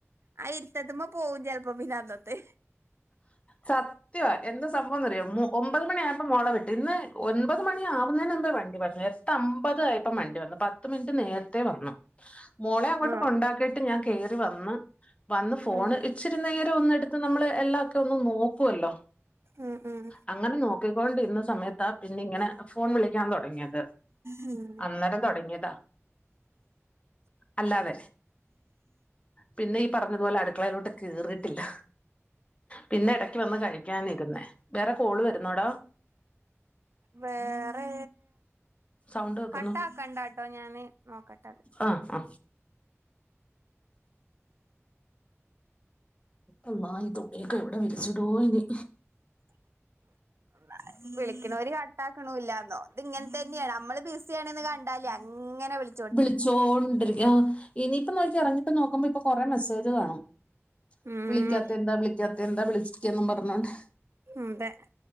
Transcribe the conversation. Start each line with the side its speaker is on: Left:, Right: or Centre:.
Right: ആ ഇര്ത്തത്ത്മ്മെ പോകും ചെലപ്പോ പിന്ന അന്നത്തെ
Left: സത്യവാ എന്താ സംഭവ ന്നറിയോ ഒമ്പത് മണി ആയപ്പോ മോളെ വിട്ട് ഇന്ന് ഒൻപത് മണി ആവുന്നെ മുമ്പ് വണ്ടി വന്നു എട്ട അമ്പത് ആയി പ്പം വണ്ടി വന്നു പത്ത് മിനിറ്റ് നേരത്തെ വന്നു മോളെ അങ്ങോട്ട്
Right: ആഹ്
Left: കൊണ്ടാക്കീട്ട് ഞാൻ കേറി വന്ന് വന്ന് ഫോണ്
Right: ഉം
Left: ഇച്ചിരി നേരം ഒന്നെട്ത്ത് നമ്മള് എല്ലാ ഒക്കെ ഒന്ന് നോക്കുവല്ലോ
Right: ഉം ഉം
Left: അങ്ങനെ നോ ക്കി കൊണ്ടിര്ന്ന സമയത്താ പിന്നെ ഇങ്ങനെ ഫോൺ വിളിക്കാൻ തൊടങ്ങിയത്
Right: ഉം
Left: അന്നേരം തൊടങ്ങിയതാ അല്ലാതെ പിന്നെ ഈ പറഞ്ഞതുപോലെ അട്ക്കളയിലോട്ട് കേറീട്ടില്ല പിന്നെ എടക്ക് വന്ന് കഴിക്കാനിര്ന്നേ വേറെ കോള് വെരുന്നോടോ
Right: വേറേ
Left: സൗണ്ട് വെക്കുന്നു
Right: കട്ടാക്കണ്ടാട്ടോ ഞാന് നോക്കട്ടെ
Left: ആ ആ അള്ളാ ഇതൊക്കെ ഇത് എവിടെ വിരിച്ചിടോ ഇനി
Right: <inaudible> വിളിക്ക്ണോര് കട്ടാക്ക്ണൂല്ലാന്നോ ഇത് ഇങ്ങൻ തന്നേണ് നമ്മള് ബിസി ആണ്ന്ന് കൺ ണ്ടാല് അങ്ങനെ വിളി
Left: വിളിച്ചോണ്ടിരിക്കും ആ ഇനീപ്പൊ നോക്കിക്കോ ഇറഞ്ഞിട്ട് നോക്കുമ്പോ ഇപ്പ കൊറെ മെസ്സേജ് കാണും
Right: ഉം
Left: വിളിക്കാത്തെന്താ വിളിക്കാത്തെ ന്താ വിളിച്ചിക്കേന്നും പറഞ്ഞോണ്ട്
Right: ഉം തെ